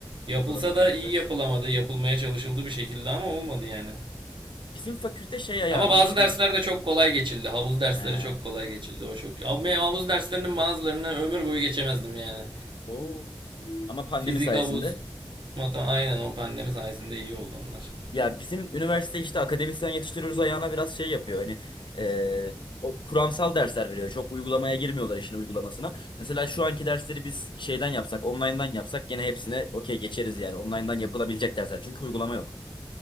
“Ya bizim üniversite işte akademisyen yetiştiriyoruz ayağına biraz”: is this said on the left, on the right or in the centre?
Left